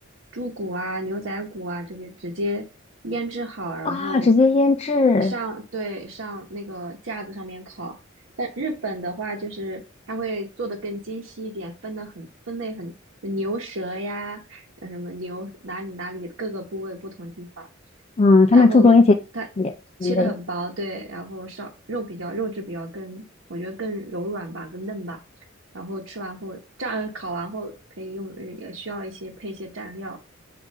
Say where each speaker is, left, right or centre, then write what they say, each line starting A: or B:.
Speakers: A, on the right; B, on the left.
A: 猪骨啊、牛仔骨啊这些，直接腌制好，然后
B: 啊？直接腌制。
A: 上，对，上那个架子上面烤。但日本的话，就是它会做的更精细一点，分的很，分类很，牛舌呀，呃什么牛哪里哪里各个部位不同地方。
B: 嗯，他们注重一些细节品类。
A: 然后它切的很薄，对，然后烧肉比较肉质比较更，我觉得更柔软吧，更嫩吧。然后吃完后蘸烤完后可以用，呃也需要一些配一些蘸料。